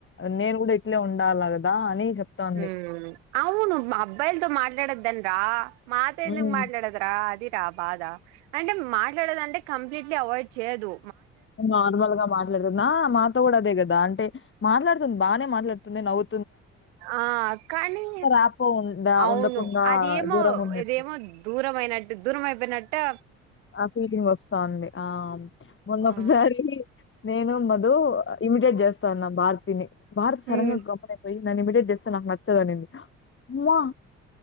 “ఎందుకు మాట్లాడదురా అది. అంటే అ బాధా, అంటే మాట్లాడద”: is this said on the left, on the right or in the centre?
Right